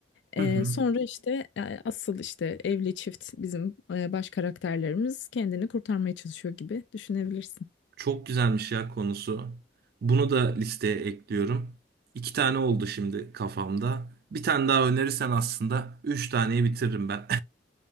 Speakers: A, on the left; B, on the right.
A: Eee,
B: Hı hı.
A: sonra işte e, asıl işte evli çift bizim e, baş karakterlerimiz kendini kurtarmaya çalışıyor gibi düşünebilirsin.
B: Çok güzelmiş ya konusu. Bunu da listeye ekliyorum. İki tane oldu şimdi kafamda. Bir tane daha önerirsen aslında üç taneyi bitiririm ben.